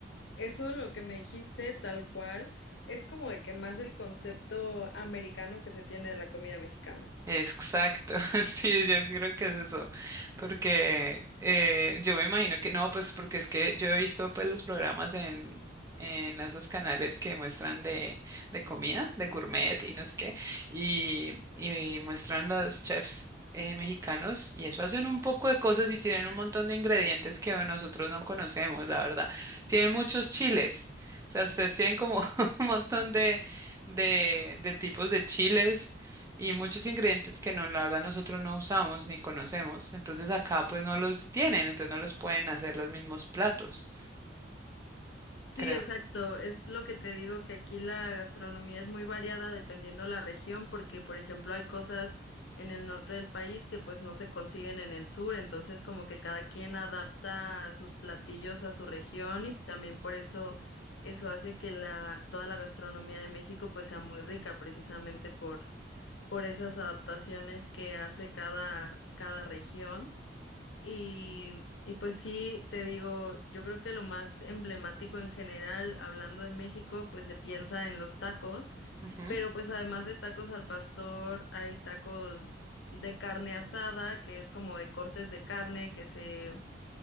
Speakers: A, on the left (about 75°); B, on the right (about 15°).
A: eso lo que me dijiste tal cual es como de que más el concepto americano que se tiene de la comida mexicana.
B: Exacto, <laughs> sí, yo creo que es eso, porque eh, yo me imagino que no, pues porque es que yo he visto pues los programas en, en esos canales que muestran de, de comida, de gourmet y no sé qué, y, y muestran los chefs eh, mexicanos y eso hacen un poco de cosas y tienen un montón de ingredientes que nosotros no conocemos, la verdad. Tienen muchos chiles, o sea, ustedes tienen como <laughs> un montón de de, de tipos de chiles y muchos ingredientes que no, la verdad, nosotros no usamos ni conocemos. Entonces acá pues no los tienen, entonces no los pueden hacer los mismos platos, creo
A: Sí, exacto. Es lo que te digo que aquí la gastronomía es muy variada dependiendo la región, porque por ejemplo hay cosas en el norte del país que pues no se consiguen en el sur, entonces como que cada quien adapta sus platillos a su región y también por eso eso hace que la toda la gastronomía de México pues sea muy rica precisamente por por esas adaptaciones que hace cada cada región. Y,
B: yo.
A: y pues sí, te digo, yo creo que lo más emblemático en general, hablando de México, pues se piensa en los tacos,
B: Ujú.
A: pero pues además de tacos al pastor, hay tacos de carne asada, que es como de cortes de carne que se,